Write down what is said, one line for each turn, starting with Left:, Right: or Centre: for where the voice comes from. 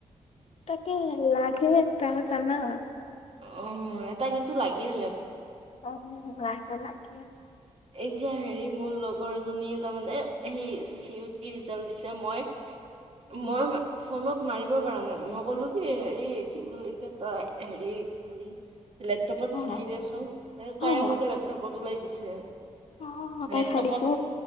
Left: তাকে লাগে ত জানা
Right: অ এটা কিন্তু লাগে হলে
Left: অ গ লাকে
Right: এতিয়া হেৰি মোৰ লগৰ জনী তাৰ মানে সেই চি ইউটি ৰিজাল্ট দিছে মই
Left: উম,
Right: মই ফোনত মাৰিব পৰা নাই মই ক'লো কি হেৰি কি বুলি ক ত হেৰি কি বুলি লেপটপত
Left: অ',
Right: চাই দিয়চোন
Left: অ',
Right: তাই মোক লেপটপত ওলাই দিছে
Left: অ তাই
Right: লেপটপত
Left: খালিছে